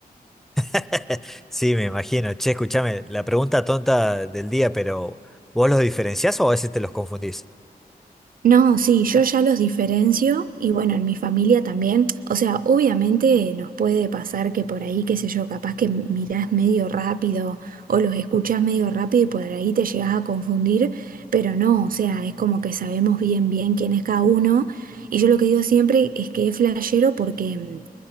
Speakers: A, in the centre; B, on the right.
A: <laughs> Sí, me imagino. Che, escúchame, la pregunta tonta del día, pero ¿vos los diferenciás o a veces te los confundís?
B: No, sí, yo ya los diferencio y bueno, en mi familia también. O sea, obviamente nos puede pasar que por ahí, qué sé yo, capaz que mirás medio rápido o los escuchás medio rápido y por ahí te llegás a confundir, pero no, o sea, es como que sabemos bien bien quién es cada uno. Y yo lo que digo siempre es que es flashero porque, mm,